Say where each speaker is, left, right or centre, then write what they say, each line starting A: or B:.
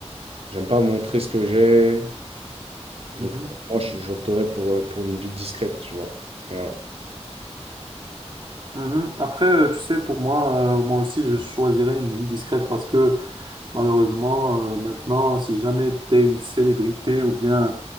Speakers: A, on the right (about 60°); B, on the right (about 45°).
A: j'aime pas montrer ce que j'ai. Donc
B: Mhm.
A: euh, moi, je- j'opterais pour, euh, pour une vie discrète, tu vois. Voilà.
B: Mhm. Après, euh, tu sais, pour moi, euh, moi aussi, je choisirais une vie discrète parce que Malheureusement, euh, maintenant, si jamais tu es une célébrité ou bien